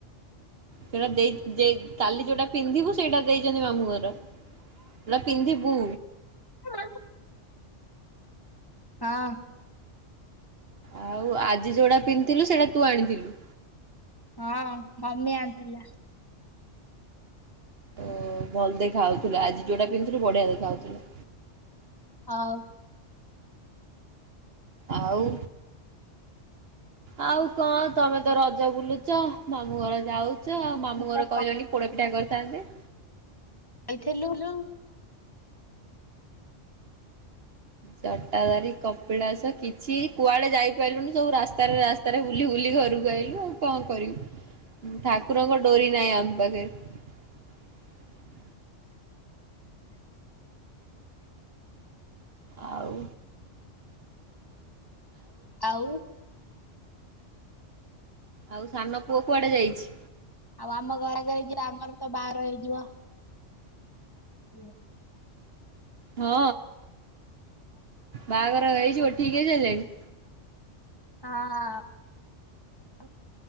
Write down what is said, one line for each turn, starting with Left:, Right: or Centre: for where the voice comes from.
Right: ସେଟା ଦେ ଦେଇ ଦେଇ କାଲି ଯୋଉଟା ପିନ୍ଧିବୁ ସେଇଟା ଦେଇଛନ୍ତି ମାମୁଁ ଘର। ଯଉଟା ପିନ୍ଧିବୁ?
Left: ହଁ ହଁ।
Right: ଆଉ ଆଜି ଯୋଉଟା ପିନ୍ଧିଥିଲୁ ସେଇଟା ତୁ ଆଣିଥିଲୁ?
Left: ହଁ ମମି ଆଣିଥିଲା।
Right: ଓ ଭଲ ଦେଖାଉଥିଲା, ଆଜି ଯୋଉଟା ପିନ୍ଧୁଥିଲୁ ବଢିଆ ଦେଖାଉଥିଲା।
Left: ହଉ।
Right: ଆଉ ଆଉ କଣ ତମେ ତ ରଜ ବୁଲ ଚ ମାମୁଁ ଘର ଯାଉଛ, ଆଉ ମାମୁଁ
Left: ମୁଁ
Right: ଘର
Left: ତ
Right: କହିଲେ ବୋଲି ପୋଡ ପିଠା କରିଥାନ୍ତେ?
Left: ଖଇଥିେଲୁ ଲୁ
Right: ତାଡ କଟାଦାରି କପିଳାସ କିଛି କୁଆଡେ ଯାଇପାରିଲୁନି ସବୁ ରାସ୍ତାରେ ରାସ୍ତାରେ ବୁଲି ବୁଲି ଘରକୁ ଆଇଲୁ। ଆଉ କଣ କରିବି ଠାକୁରଙ୍କ ଡୋରି ନାହିଁ ଆମ ପାଖରେ। <unintelligible> ଆଉ
Left: ଆଉ।
Right: ଆଉ ସାନ ପୁଅ କୁଆଡେ ଯାଇଛି?
Left: ଆଉ ଆମ ଘରେ କହିଚି ଆମର ତ ବାର ହେଇଯିବ। <unintelligible>
Right: ହଁ ବାହାଘର ହେଇଯିବ ଠିକ ହେଇ ସାରିଲାଣି!
Left: ହଁ <unintelligible>